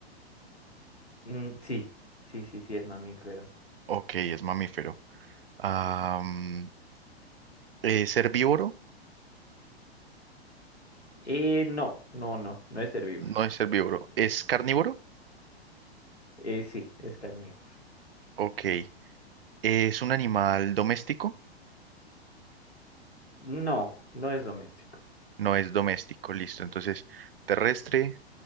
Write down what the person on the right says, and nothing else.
Ok, es mamífero. Am, ¿es herbívoro?
No es herbívoro. ¿Es carnívoro?
Ok. ¿Es un animal doméstico?
No es doméstico, listo. Entonces, terrestre,